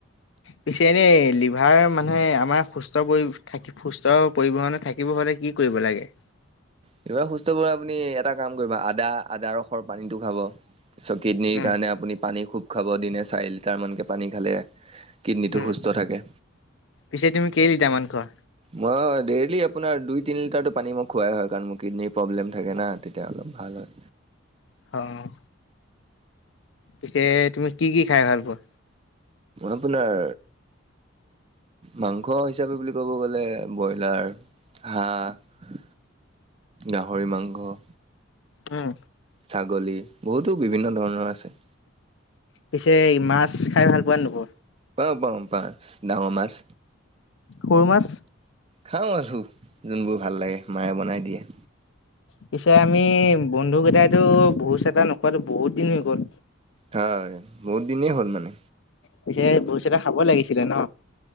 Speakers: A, on the left; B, on the right.
A: পিছে এনে লিভাৰ মানে আমাৰ সুস্থ কৰি থাকি সুস্থ পৰিবহনে থাকিব হ'লে কি কৰিব লাগে?
B: কিবা সুস্থ <unintelligible> আপুনি ইয়াত এটা কাম কৰিব আদা আদা ৰসৰ পানীটো খাব, চ' কিডনিৰ
A: উম,
B: কাৰণে আপুনি পানী খুব খাব দিনে চাৰি লিটাৰ মানকে পানী খালে কিডনীটো
A: উম।
B: সুস্থ থাকে।
A: পিছে তুমি কেইলিটাৰমান খোৱা?
B: মই ডেইলি আপোনাৰ দুই, তিনি লিটাৰটো পানী মই খোৱাই হয় কাৰণ মোৰ কিডনীৰ প্ৰব্লেম থাকে না তেতিয়া অলপ ভাল হয়।
A: অ'। পিছে তুমি কি কি খাই ভাল পোৱা?
B: আপোনাৰ মাংস হিচাপে বুলি ক'ব গ'লে ব্ৰইলাৰ, হাঁহ, গাহৰি মাংস
A: উম।
B: ছাগলী বহুতো বিভিন্ন ধৰণৰ আছে।
A: পিছে মাছ খাই ভাল পোৱা নে নোপোৱা?
B: পাওঁ পাওঁ মাছ, ডাঙৰ মাছ।
A: সৰু মাছ?
B: খাওঁ আৰু যোনবোৰ ভাল লাগে, মায়ে বনাই দিয়ে।
A: পিছে আমি বন্ধুকেইটাইতো ভোজ এটা নোখোৱাতো বহুত দিন হৈ গ'ল।
B: হয় বহুত দিনেই হ'ল মানে।
A: পিছে ভোজ এটা খাব লাগিছিলে ন'?